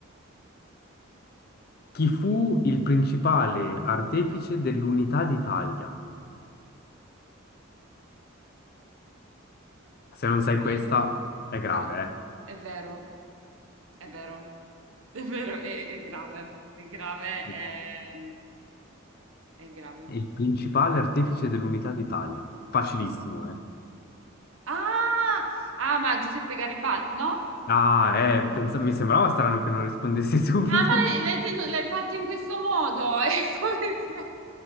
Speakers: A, on the left; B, on the right.
A: Chi fu il principale artefice dell'unità d'Italia? Se non sai
B: Free-
A: questa, è grave,
B: Cazzo, è vero. È vero, è vero, è, è grave, è grave, è,
A: eh?
B: è grave.
A: Il principale artefice dell'unità d'Italia. Facilissimo, eh?
B: Ah, ah, ma Giuseppe Garibaldi, no?
A: Ah, eh, pensa- mi sembrava strano che non rispondessi <laughs> subito.
B: Ah, ma l'hai l'hai tenu- l'hai fatto in questo modo? <laughs> È come se-